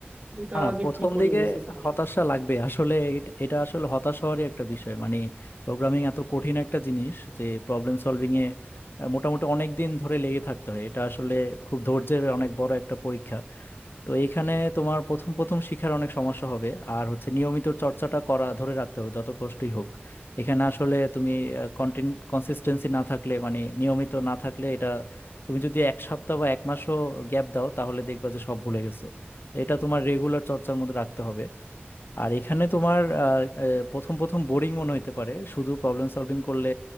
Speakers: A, on the right (about 35°); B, on the left (about 60°).
A: এটা
B: না না,
A: যে
B: প্রথম
A: কি করি
B: দিকে
A: বুঝতেছি না আসলে
B: হতাশা লাগবে আসলে এটা এটা আসলে হতাশ হওয়ারই একটা বিষয় মানে প্রোগ্রামিং এত কঠিন একটা জিনিস যে প্রবলেম সলভিং এ আহ, মোটামুটি অনেক দিন ধরে লেগে থাকতে হয় এটা আসলে খুব ধৈর্যের অনেক বড় একটা পরীক্ষা তো এইখানে তোমার প্রথম প্রথম শিখার অনেক সমস্যা হবে আর হচ্ছে নিয়মিত চর্চাটা করা ধরে রাখতে হবে যত কষ্টই হোক এখানে আসলে তুমি কনসিস্টেন্সি না থাকলে মানে নিয়মিত না থাকলে এটা তুমি যদি এক সপ্তাহ বা এক মাসও গ্যাপ দাও তাহলে দেখবা যে সব ভুলে গেছো তো এটা তোমার রেগুলার চর্চার মধ্যে রাখতে হবে আর এখানে তোমার আহ, আহ, প্রথম প্রথম বোরিং মনে হতে পারে শুধু প্রবলেম সলভিং করলে